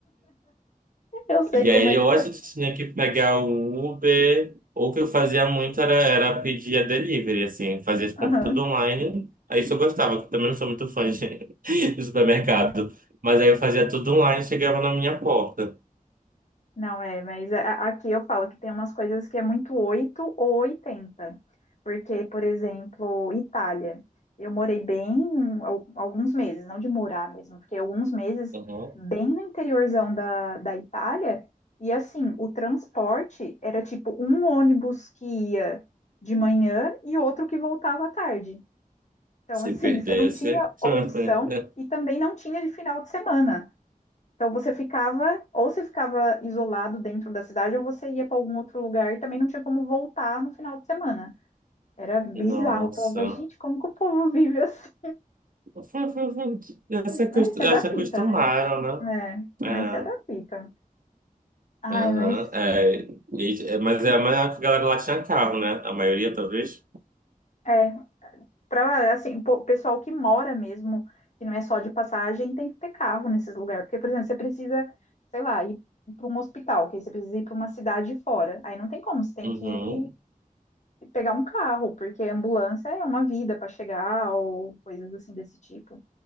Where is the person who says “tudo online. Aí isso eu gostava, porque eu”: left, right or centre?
Right